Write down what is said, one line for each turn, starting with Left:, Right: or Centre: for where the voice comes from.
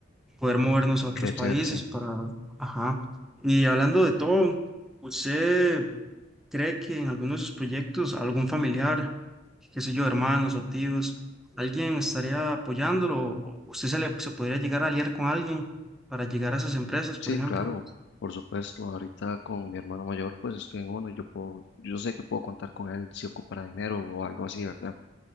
Centre: poder movernos a otros
Left: Crecer,
Centre: países
Left: sí.
Centre: para, ajá. Y hablando de todo, ¿usted cree que en alguno de sus proyectos algún familiar, qué sé yo, hermanos o tíos, alguien estaría apoyándolo? ¿O ¿Usted se le se podría llegar a aliar con alguien para llegar a esas empresas,
Left: Sí,
Centre: por ejemplo?
Left: claro, por supuesto. Ahorita con mi hermano mayor, pues estoy en uno y yo puedo, yo sé que puedo contar con él si ocupará dinero o algo así, ¿verdad?